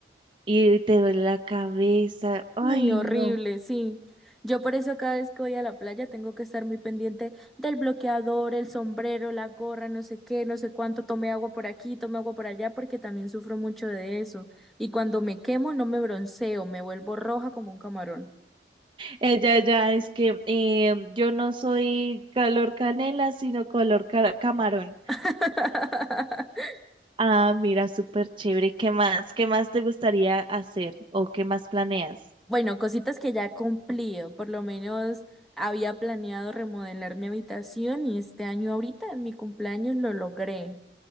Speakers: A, on the right (about 30°); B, in the centre.
A: y te duele la cabeza, ay
B: Ay, horrible,
A: no.
B: sí. Yo por eso cada vez que voy a la playa tengo que estar muy pendiente del bloqueador, el sombrero, la gorra, no sé qué, no sé cuánto, tomé agua por aquí, tomé agua por allá, porque también sufro mucho de eso. Y cuando me quemo no me bronceo, me vuelvo roja como un camarón.
A: Ella ya es que eh, yo no soy color canela, sino color ca- camarón.
B: <laughs>
A: Ah, mira, súper chévere. ¿Qué más? ¿Qué más te gustaría hacer o qué más planeas?
B: Bueno, cositas que ya he cumplido. Por lo menos había planeado remodelar mi habitación y este año ahorita en mi cumpleaños lo logré.